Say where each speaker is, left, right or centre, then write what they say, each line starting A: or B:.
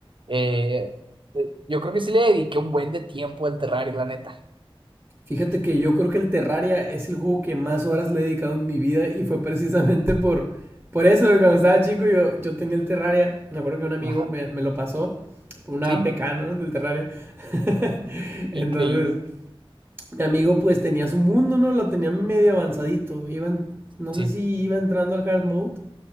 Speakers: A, on the right; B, on the right.
A: Eh, eh, yo creo que sí le dediqué un buen de tiempo al Terrario, la neta.
B: Fíjate que yo creo que el Terraria es el juego que más horas le he dedicado en mi vida y fue precisamente por, por eso, que cuando estaba chico yo, yo tenía el Terraria, me acuerdo que un amigo
A: Ajá.
B: me, me lo pasó, por una
A: Sí,
B: APK, ¿no? Del Terraria. <laughs>
A: increíble.
B: Entonces, mi amigo pues tenía su mundo, ¿no? Lo tenía medio avanzadito, iban, no
A: Sí.
B: sé si iba entrando al hard mode,